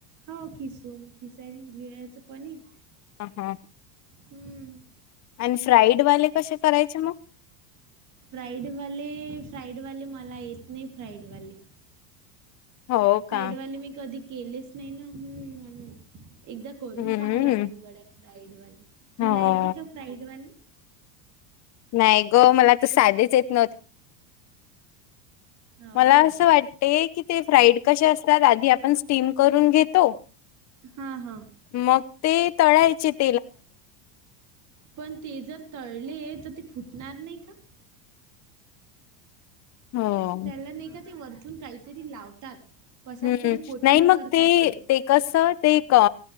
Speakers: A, on the right (about 40°); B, on the left (about 35°).
A: हो किसून खिसायन घीळायचं पनीर.
B: हा हां. <unintelligible>
A: हम्म.
B: आणि फ्राईड वाले कसे करायचे म?
A: फ्राईडवाले फ्राईडवाले मला येत नाही फ्राईडवाले.
B: हो
A: फ्राईडवाले
B: का
A: मी कधी केलेच नाही ना, हम्म म्हणून एकदा करून
B: हम्म
A: पहा लागिन गड्या. फ्राईडवाली तुला
B: हो
A: येते का फ्राईडवाली.
B: नाही ग मला त साधेच येत नव्हते.
A: हो
B: मला
A: का
B: असं वाटते की ते फ्राईड कसे असतात आधी आपण स्टीम करून घेतो.
A: हा हा.
B: मग ते तळायचेत.
A: पण ते जर तळले तर ते फुटणार नाही का? <inaudible>
B: हो.
A: त्याला नाही का ते वरतून काहीतरी लावतात कशच
B: हम्म
A: तरी कोटिंग
B: नाही मग
A: करतात ते.
B: ते कसं ते क